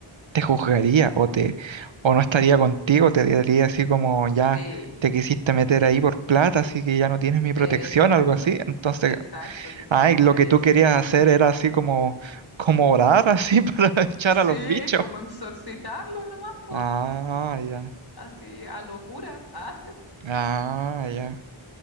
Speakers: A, on the right; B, on the left.
A: te juzgaría o te o no estaría contigo, te diría así como
B: Sí,
A: ya te quisiste meter ahí por plata, así que ya no tienes mi protección,
B: exacto,
A: algo así. Entonces,
B: exacto, quizás
A: ay,
B: terminaría
A: lo que tú
B: siendo
A: querías
B: como
A: hacer
B: algo así.
A: era así como como orar así <laughs> para echar
B: Sí,
A: a los bichos.
B: como exorcitarlo nomás, po,
A: Ah, ya.
B: así a locura, ah, <laughs>
A: Ah, ya.